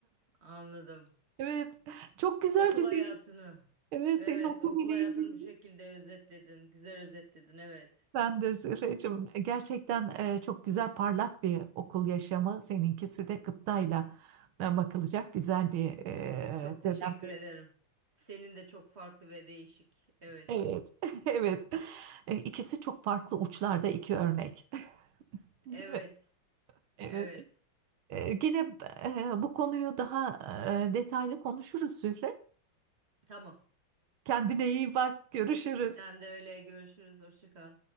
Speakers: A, on the right; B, on the right.
A: Anladım.
B: Evet, çok güzeldi
A: Okul hayatını.
B: senin. Evet,
A: Evet,
B: senin okul
A: okul
B: deneyimin.
A: hayatını bu şekilde özetledin. Güzel özetledin, evet.
B: Ben de Zühreciğim. Gerçekten e, çok güzel, parlak bir okul yaşamı. Seninkisi de gıptayla e, bakılacak güzel bir e,
A: Çok teşekkür
B: dönem.
A: ederim. Senin de çok farklı ve değişik. Evet.
B: Evet, <laughs> evet. E, İkisi çok farklı uçlarda iki örnek. <laughs> Değil
A: Evet.
B: mi? Evet.
A: Evet.
B: Ee, Gene e, bu konuyu daha e, detaylı konuşuruz Zühre.
A: Tamam.
B: Kendine iyi bak, görüşürüz.
A: Sen de öyle görüşürüz. Hoşça kal.